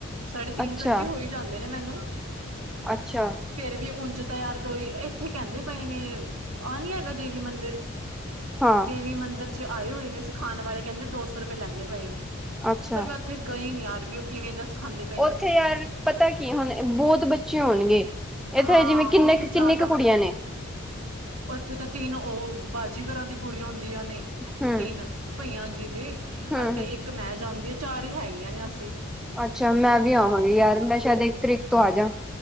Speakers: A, on the right; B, in the centre.
A: ਸਾਢੇ ਤਿੰਨ
B: ਅੱਛਾ
A: ਘੰਟੇ ਹੋ ਈ ਜਾਂਦੇ ਨੇ ਮੈਨੂੰ
B: ਅੱਛਾ
A: ਫੇਰ ਵੀ ਉਂਝ ਤਾ ਯਾਰ ਦੋ ਹੀ ਇੱਥੇ ਕਹਿੰਦੇ ਪਏ ਨੇ ਆਹ ਨੀ ਹੈਗਾ ਦੇਵੀ ਮੰਦਿਰ
B: ਹਾਂ,
A: ਦੇਵੀ ਮੰਦਿਰ ਚ ਆਏ ਹੋਏ ਨੇ ਸਿਖਾਣ ਵਾਲੇ ਕਹਿੰਦੇ ਦੋ ਸੌ ਰੁਪਏ ਲੈਂਦੇ ਪਏ ਨੇ
B: ਅੱਛਾ।
A: ਪਰ ਮੈਂ ਉੱਥੇ ਗਈ ਨੀ ਯਾਰ ਵੀ ਉ ਕਿਵੇਂ ਦਾ ਸਿਖਾਂਦੇ
B: ਉੱਥੇ ਯਾਰ ਪਤਾ ਕੀ ਹੁਣ ਬੋਹਤ ਬੱਚੇ ਹੋਣਗੇ। ਏਥੇ
A: ਹਾਂ
B: ਜਿਵੇਂ ਕਿੰਨੇ
A: ਉੱਥੇ
B: ਕੁ
A: ਜ਼ਿਆਦਾ
B: ਕਿੰਨੀ ਕੁੜੀਆਂ ਨੇ
A: ਉੱਥੇ ਤਾਂ ਤਿੰਨ ਉਹ, ਬਾਜ਼ੀਗਰਾ ਦੀ ਕੁੜੀਆਂ ਹੁੰਦੀਆਂ ਨੇ
B: ਹੂੰ,
A: ਤਿੰਨ ਪਈਆਂ ਜੀ ਦੀ
B: ਹੂੰ,
A: ਅ ਤੇ
B: ਹੂੰ।
A: ਇੱਕ ਮੈਂ ਜਾਂਦੀ ਆ ਚਾਰ ਹੀ ਹੈਗੀਆਂ ਨੇ ਅਸੀਂ।
B: ਅੱਛਾ ਮੈਂ ਵੀ ਆਵਾਂਗੀ, ਯਾਰ ਮੈਂ ਸ਼ਾਇਦ ਇੱਕ ਤਰੀਕ ਤੋਂ ਆਜਾ